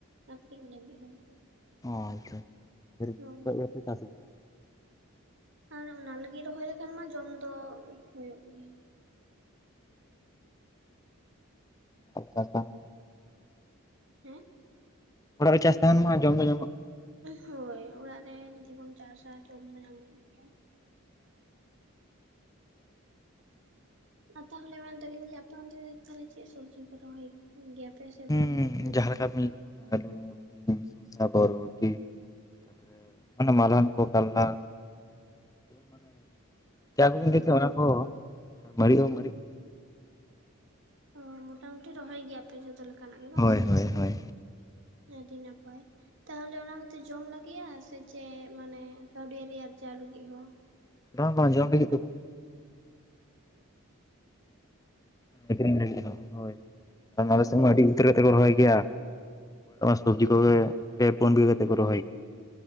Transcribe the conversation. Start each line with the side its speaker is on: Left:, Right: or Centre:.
Right: ᱟᱠᱷᱨᱤᱧ ᱞᱟᱹᱜᱤᱫ ᱦᱚᱸ
Left: ᱚ ᱟᱪᱪᱷᱟ
Right: ᱦᱳᱭ
Left: ᱠᱷᱚᱱ ᱜᱮᱯᱮ ᱪᱟᱥ ᱟᱠᱟᱫᱟ
Right: ᱟᱨ ᱚᱱᱟ ᱞᱟᱹᱜᱤᱫ ᱨᱚᱦᱚᱭ ᱞᱮᱠᱷᱟᱱ ᱢᱟ ᱡᱚᱢ ᱫᱚ ᱦᱩᱭᱩᱜ ᱜᱮᱭᱟ
Left: ᱟᱪᱪᱷᱟ
Right: ᱦᱮᱸ
Left: ᱚᱲᱟᱜ ᱨᱮ ᱪᱟᱥ ᱛᱟᱦᱮᱸᱱ ᱢᱟ ᱡᱚᱢ ᱫᱚ ᱧᱟᱢᱚᱜ
Right: ᱦᱳᱭ ᱚᱲᱟᱜ ᱨᱮ ᱡᱩᱫᱤ ᱵᱚᱱ ᱪᱟᱥᱟ ᱡᱚᱢ ᱫᱚ ᱧᱟᱢᱚᱜ ᱜᱮᱭᱟ ᱟ ᱛᱟᱦᱚᱞᱮ ᱢᱮᱱ ᱫᱟᱹᱞᱤᱧ ᱡᱮ ᱟᱯᱮ ᱚᱱᱛᱮ ᱫᱚ ᱛᱟᱦᱚᱞᱮ ᱪᱮ ᱥᱚᱵᱽᱡᱤ ᱠᱚ ᱨᱚᱦᱚᱭ ᱜᱮᱭᱟ ᱯᱮ ᱥᱮ
Left: ᱦᱩᱸ
Right: ᱵᱟᱝ ᱯᱮ ᱨᱚᱦᱚᱭ
Left: ᱡᱟᱦᱟᱸ ᱟᱹᱞᱩ ᱵᱤᱱ ᱥᱚᱥᱟ ᱵᱚᱨᱵᱚᱴᱤ ᱛᱟᱯᱚᱨᱮ ᱢᱟᱱᱮ ᱢᱟᱞᱦᱟᱱ ᱠᱚ ᱠᱟᱞᱞᱟ ᱢᱟᱱᱮ ᱪᱟ ᱠᱚᱵᱤᱱ
Right: ᱚ
Left: ᱤᱫᱟᱹᱭ ᱠᱮᱫ ᱚᱱᱟ ᱠᱚ ᱟᱨ ᱢᱟᱨᱤᱡ ᱦᱚᱸ ᱢᱟᱨᱤᱡ
Right: ᱚ ᱢᱚᱴᱟᱢᱩᱴᱤ ᱨᱚᱦᱚᱭ ᱜᱮᱭᱟ ᱯᱮ ᱡᱚᱛᱚ ᱞᱮᱠᱟᱱᱟᱜ ᱜᱮ ᱵᱟᱝ
Left: ᱦᱳᱭ
Right: ᱥᱮ
Left: ᱦᱳᱭ ᱦᱳᱭ
Right: ᱟᱹᱰᱤ ᱱᱟᱯᱟᱭ ᱛᱟᱦᱚᱞᱮ ᱚᱱᱟ ᱠᱚᱛᱮ ᱡᱚᱢ ᱞᱟᱹᱜᱤᱫ ᱥᱮ ᱪᱮᱫ ᱢᱟᱱᱮ ᱠᱟᱹᱣᱰᱤ ᱟᱨᱤ ᱟᱨᱡᱟᱣ ᱞᱟᱹᱜᱤᱫ ᱦᱚᱸ
Left: ᱵᱟᱝ ᱵᱟᱝ ᱡᱚᱢ ᱞᱟᱹᱜᱤᱫ ᱫᱚ ᱵᱟᱝ ᱟᱠᱷᱨᱤᱧ ᱞᱟᱹᱜᱤᱫ ᱦᱚᱸ ᱦᱳᱭ
Right: ᱦᱳᱭ
Left: ᱟᱞᱮ ᱥᱮᱫ ᱢᱟ ᱟᱹᱰᱤ
Right: ᱛᱚ
Left: ᱩᱛᱟᱹᱨ ᱛᱮᱠᱚ ᱨᱚᱦᱚᱭ ᱜᱮᱭᱟ ᱥᱚᱵᱽᱡᱤ ᱠᱚᱜᱮ ᱯᱮ ᱯᱩᱱ ᱵᱤᱜᱷᱟᱹ ᱠᱟᱛᱮ ᱠᱚ ᱨᱚᱦᱚᱭ ᱜᱮᱭᱟ